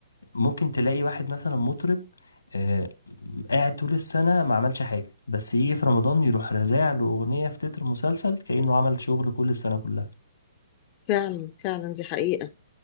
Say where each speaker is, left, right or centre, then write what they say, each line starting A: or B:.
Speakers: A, on the left; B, on the left.
A: ممكن تلاقي واحد مثلا مطرب آه قاعد طول السنة ما عملش حاجة بس يجي في رمضان يروح رازع له أغنية في تتر مسلسل كأنه عمل شغل كل السنة كلها
B: فعلا فعلا دي حقيقه